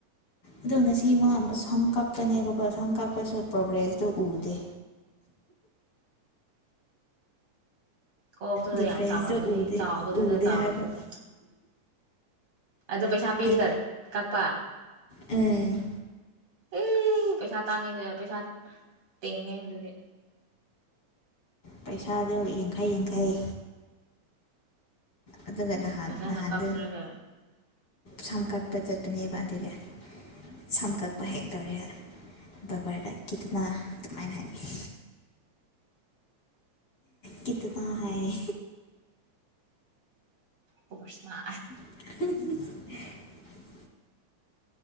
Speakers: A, on the left; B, on the right.
A: ꯑꯗꯣ ꯉꯁꯤ ꯃꯉ ꯁꯝꯀꯞ ꯀꯛꯀꯅꯦꯕꯀꯣ ꯁꯣꯝ ꯀꯥꯞꯄꯁꯨ ꯄ꯭ꯔꯣꯒ꯭ꯔꯦꯁꯇꯣ ꯎꯗꯦ
B: ꯀꯣꯛꯇꯨꯗ
A: ꯗꯤꯐ꯭ꯔꯦꯟꯁꯇꯣ
B: ꯌꯥꯝ ꯆꯥꯎꯔꯝꯒꯅꯤ
A: ꯎꯗꯦ
B: ꯆꯥꯎꯕꯗꯨꯗ
A: ꯎꯗꯦ
B: ꯆꯥꯎꯔꯝꯒꯅꯤ
A: ꯍꯥꯏꯕ
B: ꯑꯗꯨꯣ ꯄꯩꯁꯥ ꯄꯤꯔꯤꯒ
A: ꯍꯥꯏ
B: ꯀꯛꯄ
A: ꯎꯝ
B: ꯑꯦ ꯄꯩꯁꯥ ꯇꯥꯡꯉꯤ ꯄꯩꯁꯥ ꯇꯤꯡꯉꯦ ꯑꯗꯨꯗꯤ
A: ꯄꯩꯁꯥꯗꯣ ꯌꯥꯡꯈꯩ ꯌꯥꯡꯈꯩ ꯑꯗꯨꯒ ꯅꯍꯥꯟ
B: ꯐꯖꯅ
A: ꯅꯍꯥꯟꯗꯣ
B: ꯀꯞꯆ꯭ꯔꯒ
A: ꯁꯝ ꯀꯛꯄ ꯆꯠꯄꯅꯦꯕ ꯑꯗꯨꯗꯤ ꯁꯝ ꯀꯛꯄ ꯍꯦꯛ ꯂꯧꯔꯦ ꯕꯕꯔꯗ ꯀꯈꯤꯗꯅ ꯑꯗꯨꯃꯥꯏꯅ ꯍꯥꯏꯪꯉꯤ ꯀꯇꯗ ꯍꯥꯏꯌꯦ
B: ꯑꯣ ꯁꯃ
A: <inaudible>